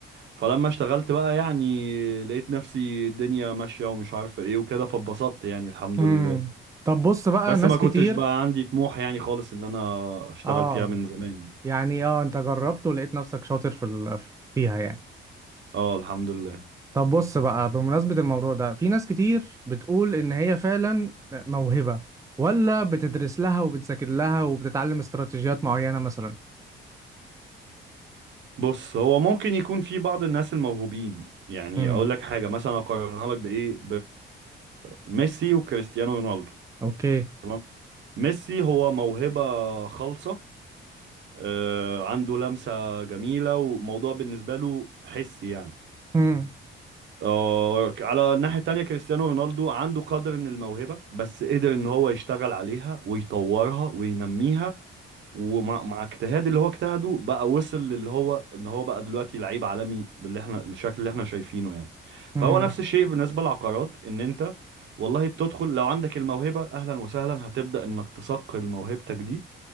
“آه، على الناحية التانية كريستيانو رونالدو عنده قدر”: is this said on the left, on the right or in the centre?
Right